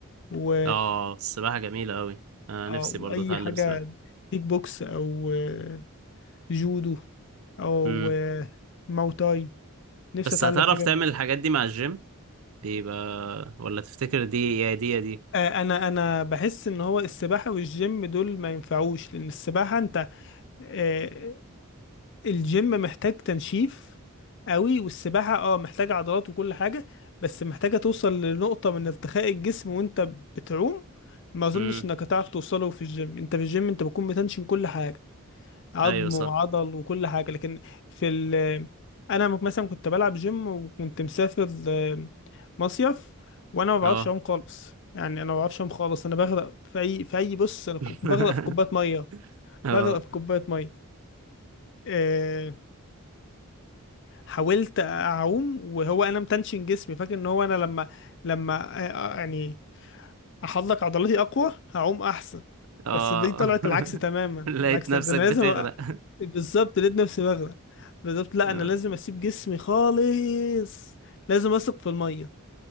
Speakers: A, on the left; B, on the right.
A: و
B: اه السباحه جميله قوي انا
A: او
B: نفسي برضو
A: اي
B: اتعلم
A: حاجه
B: سباحه
A: كيك بوكس او آه، جودو او
B: امم
A: آه، ماو تاي نفسي
B: بس
A: اتعلم
B: هتعرف
A: حاجه
B: تعمل
A: من-
B: الحاجات دي مع الجيم بيبقى ولا تفتكر دي يا دي يا دي
A: آه، انا انا بحس ان هو السباحه والجيم دول ما ينفعوش لان السباحه انت آه، الجيم محتاج تنشيف قوي والسباحه اه محتاجه عضلات وكل حاجه بس محتاجه توصل لنقطه من ارتخاء الجسم وانت بتعوم ما اظنش
B: امم
A: انك هتعرف توصله في الجيم انت في الجيم انت بتكون بتنشن كل حاجه عظم
B: ايوه صح
A: وعضل وكل حاجة لكن في ال أنا مثلا كنت بلعب جيم وكنت مسافر آه، مصيف وأنا ما بعرفش
B: اه
A: أعوم خالص يعني أنا ما بعرفش أعوم خالص أنا بغرق في أي في أي بص أنا كنت
B: <laughs>
A: بغرق في كوباية مية
B: اه
A: بغرق في كوباية مية آه، حاولت أعوم وهو أنا متنشن جسمي فاكر إن هو أنا لما لما آه، آه، يعني احضلك عضلاتي اقوى هعوم احسن
B: اه
A: بس دي طلعت
B: <laughs>
A: العكس تماما
B: لقيت
A: العكس
B: نفسك
A: ده انا لازم
B: بتغرق
A: أ-
B: <laughs>
A: بالظبط لقيت نفسي بغرق بالظبط لا
B: آه.
A: انا لازم اسيب جسمي خالص لازم اثق في الميه